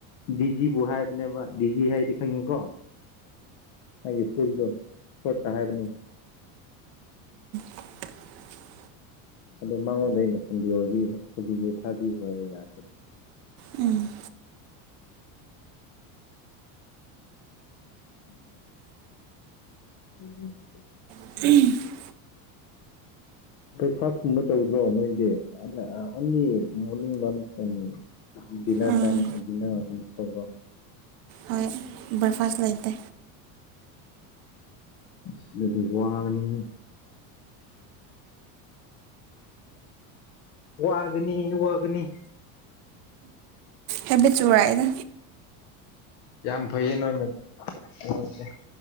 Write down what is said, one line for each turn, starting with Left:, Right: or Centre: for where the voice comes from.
Left: ꯗꯤꯖꯤꯕꯨ ꯍꯥꯏꯕꯅꯦꯕ ꯗꯤꯖꯤ ꯍꯥꯏꯗꯤ ꯈꯪꯉꯤꯀꯣ ꯃꯥꯒꯤ ꯐꯨꯜꯗꯣ ꯁꯣꯠꯇ ꯍꯥꯏꯕꯅꯤ
Right: <inaudible>
Left: ꯑꯗꯣ ꯃꯉꯣꯟꯗ ꯑꯩꯅ ꯁꯟꯗꯦ ꯑꯣꯏꯕꯩ ꯍꯣꯂꯤꯗꯦ ꯊꯥꯕꯤꯈꯔꯣ ꯍꯥꯏꯔꯒ
Right: ꯎꯝ
Left: ꯎꯝ <inaudible>
Right: <unintelligible>
Left: ꯕꯔꯦꯛꯐꯥꯁꯀꯨꯝꯕ ꯇꯧꯗ꯭ꯔꯣ ꯅꯣꯏꯗꯤ ꯑꯣꯟꯂꯤ ꯃꯣꯔꯅꯤꯡ ꯂꯟꯁ <inaudible> ꯗꯤꯟꯅꯔ
Right: ꯎꯝ
Left: ꯇꯥꯏꯝ ꯗꯤꯟꯅꯔ ꯑꯣꯏꯕꯒꯤ ꯇꯧꯕ
Right: ꯍꯣꯏ ꯕꯔꯦꯛꯐꯥꯁ ꯂꯩꯇꯦ
Left: ꯑꯁ ꯑꯗꯨꯗꯤ ꯋꯥꯒꯅꯤꯌꯦ ꯋꯥꯒꯅꯤ ꯋꯥꯒꯅꯤ
Right: ꯍꯦꯕꯤꯠ ꯆꯨꯔꯥꯏꯗ
Left: ꯌꯥꯝ ꯐꯩꯌꯦ ꯅꯣꯏꯅ ꯇꯧꯔꯤꯁꯦ